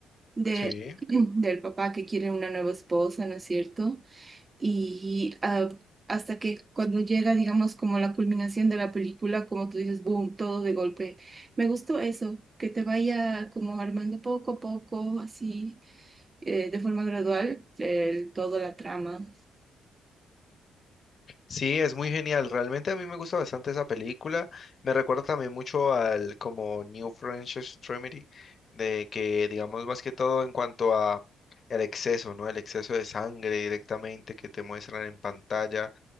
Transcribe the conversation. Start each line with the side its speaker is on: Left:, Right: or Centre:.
Right: de,
Left: Sí.
Right: <clears throat> del papá que quiere una nueva esposa, ¿no es cierto? Y ah, hasta que cuando llega, digamos, como la culminación de la película, como tú dices, boom, todo de golpe. Me gustó eso, que te vaya como armando poco a poco, así, eh, de forma gradual, el, toda la trama.
Left: Sí, es muy genial. Realmente a mí me gusta bastante esa película. Me recuerda también mucho al como New French Extremity, de que digamos más que todo en cuanto a el exceso, ¿no? El exceso de sangre directamente que te muestran en pantalla